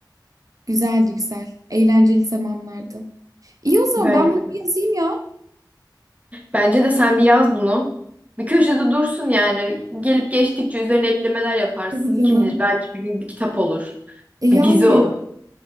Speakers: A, on the right (about 50°); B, on the right (about 20°).
A: Güzeldi güzel. Eğlenceli zamanlardı. İyi o zaman
B: Bence
A: ben bunu bir yazayım ya.
B: Bence de sen bir yaz bunu. Bir köşede dursun yani. Gelip geçtikçe üzerine eklemeler yaparsın.
A: Tabii canım.
B: Kim bilir belki bir gün bir kitap olur.
A: E yani
B: Bir dizi olur.